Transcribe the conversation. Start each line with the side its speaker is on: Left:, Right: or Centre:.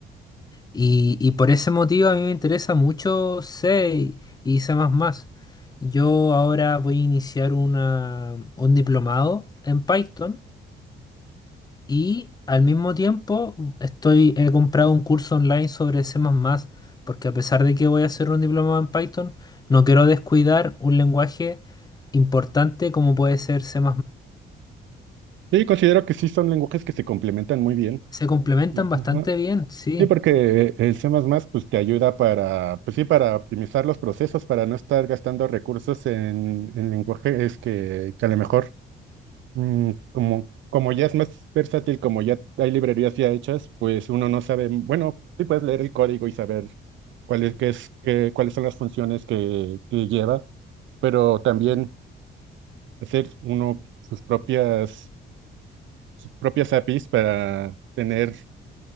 Left: Y, y por ese motivo a mí me interesa mucho C y C++. Yo ahora voy a iniciar una, un diplomado en Python y al mismo tiempo estoy, he comprado un curso online sobre C++, porque a pesar de que voy a hacer un diplomado en Python, no quiero descuidar un lenguaje importante como puede ser C++.
Right: Sí, considero que sí son lenguajes que se complementan muy bien.
Left: Se complementan
Right: Y,
Left: bastante
Right: ajá.
Left: bien, sí,
Right: Sí, porque el C++ pues te ayuda para, pues sí, para optimizar los procesos, para no estar gastando recursos en, en lenguajes que, que a lo mejor Mm, como, como ya es más versátil, como ya hay librerías ya hechas, pues uno no sabe, bueno, sí puedes leer el código y saber cuál es, qué es, qué- cuáles son las funciones que, que lleva, pero también hacer uno sus propias, sus propias APIs para tener